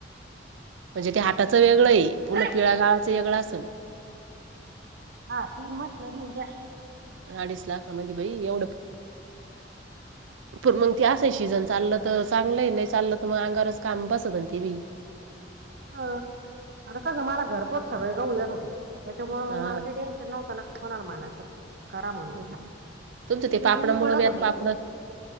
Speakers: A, on the right; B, on the right.
A: म्हणजे ते हाटाचं वेगळं आहे पुनण
B: अय!
A: पिळागावाचं वेगळं असल.
B: हा तीन मासनरी त्या.
A: अडीच लाख म्हणजे बाई एवढं कय. प मग ते असं शिजन चाललं तर चांगलं नाही चाललं तर मग अंगारच काम बसत ते बी. <inaudible>
B: ह आता कसं मला घरपोच सगळे गाहु येत होते. त्याच्यामुळे
A: हा
B: मग मला काही टेन्शन नव्हत ना कोणाला मानायचं करा म्हणून.
A: हम्म. तुमचं ते
B: लगे
A: पापड
B: येऊन
A: मुळं
B: पडत
A: बी आता
B: होते
A: पापड.